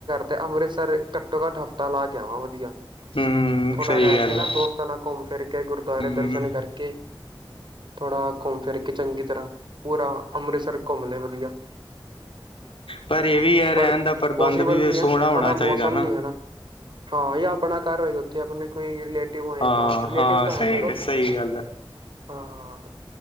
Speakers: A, on the right (about 60°); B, on the left (about 90°).
A: ਤੇ ਅੰਮ੍ਰਿਤਸਰ ਘੱਟੋ-ਘੱਟ ਹਫ਼ਤਾ ਲਾ ਕੇ ਆਵਾਂ ਵਧੀਆ।
B: ਹਮ
A: ਥੋੜਾ
B: ਸਹੀ
A: ਰਹਿ
B: ਗੱਲ
A: ਕੇ ਨਾ
B: ਹੈ
A: ਦੋਸਤਾਂ ਨਾਲ ਘੁੰਮ ਫਿਰ ਕੇ ਗੁਰਦੁਆਰੇ ਦਰਸ਼ਨ
B: ਹਮ
A: ਕਰਕੇ, ਥੋੜਾ ਘੁੰਮ ਫਿਰ ਕੇ ਕਿ ਚੰਗੀ ਤਰ੍ਹਾਂ ਪੂਰਾ ਅੰਮ੍ਰਿਤਸਰ ਘੁੰਮ ਲੈ ਵਧੀਆ।
B: ਪਰ ਇਹ
A: ਹਾਂ,
B: ਵੀ ਹੈ ਰਹਿਣ
A: ਪਰ
B: ਦਾ ਪ੍ਰਬੰਧ
A: ਪੋਸੀਬਲ
B: ਵੀ
A: ਨਹੀਂ
B: ਸੋਹਣਾ
A: ਹੈ,
B: ਹੋਣਾ
A: ਥੋੜ੍ਹਾ
B: ਚਾਹੀਦਾ
A: ਮੌਸਮ ਨੀ ਹੈ ਨਾ। ਹਾਂ। ਇਹ ਆਪਣਾ ਕਰ ਰਹੀ। ਜੇ ਆਪਣੇ ਕੋਈ ਰਿਲੇਟਿਵ ਹੋਏ
B: ਹਾਂ
A: ਤਾਂ ਰਿਲੇਟਿਵ
B: ਹਾਂ
A: ਤਾਂ ਹੈ
B: ਸਹੀ
A: ਚਲੋ।
B: ਸਹੀ ਗੱਲ ਹੈ
A: ਹਾਂ।